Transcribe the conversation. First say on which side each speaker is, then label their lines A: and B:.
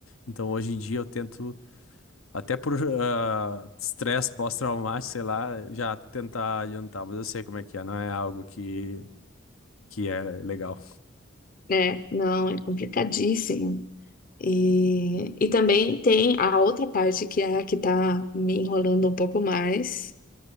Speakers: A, on the left; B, on the left.
A: Então, hoje em dia, eu tento, até por <laughs> ah, estresse pós-traumático, sei lá, já tentar adiantar, mas eu sei como é que é, não é algo que, que é legal.
B: É, não, é complicadíssimo. E, e também tem a outra parte que é a que tá me enrolando um pouco mais,